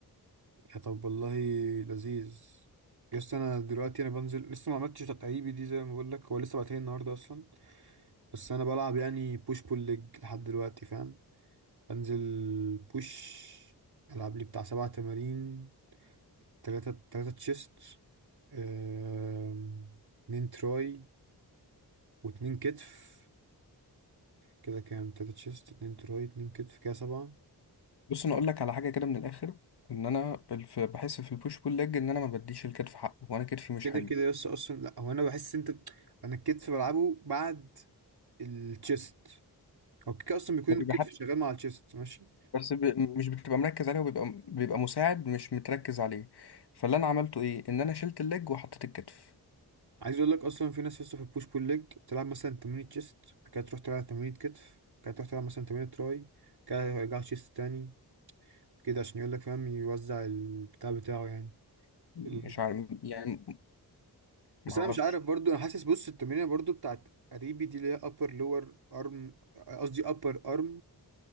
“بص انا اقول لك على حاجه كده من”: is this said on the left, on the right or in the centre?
Left